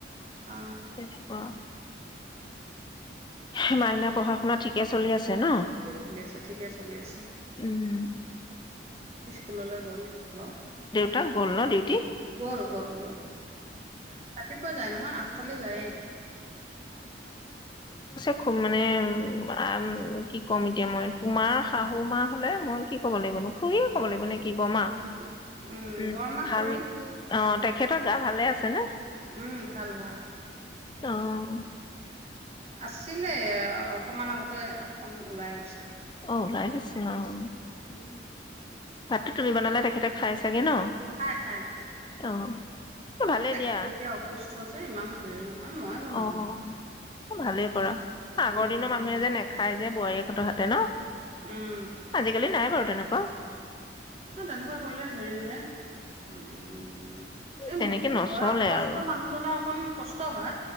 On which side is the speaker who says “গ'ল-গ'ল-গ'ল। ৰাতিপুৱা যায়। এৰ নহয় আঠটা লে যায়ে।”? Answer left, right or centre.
Right